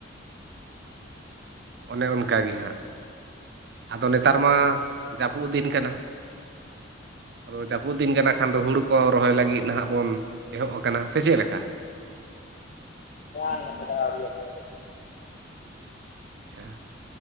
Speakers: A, on the left; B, on the right.
A: ᱟᱪᱪ <inaudible>
B: ᱚᱱᱮ ᱚᱱᱠᱟ ᱜᱮ ᱦᱟᱸᱜ ᱟᱫᱚ ᱱᱮᱛᱟᱨ ᱢᱟ ᱡᱟᱹᱯᱩᱜ ᱫᱤᱱ ᱠᱟᱱᱟ᱾ ᱟᱫᱚ ᱡᱟᱹᱯᱩᱫ ᱫᱤᱱ ᱠᱟᱱᱟ ᱠᱷᱟᱱ ᱫᱚ ᱦᱩᱲᱩ ᱠᱚ ᱨᱚᱦᱚᱭ ᱞᱟᱹᱜᱤᱜ ᱱᱟᱦᱟᱜ ᱵᱚᱱ ᱮᱦᱚᱵ ᱟᱠᱟᱱᱟ ᱥᱮ ᱪᱮᱫ ᱞᱮᱠᱟ?
A: ᱵᱟᱝ ᱱᱚᱛᱮ ᱫᱚ ᱟᱹᱣᱨᱤ ᱟᱞᱮ ᱟᱞᱮ ᱫᱚ
B: ᱟᱪᱪᱷᱟ᱾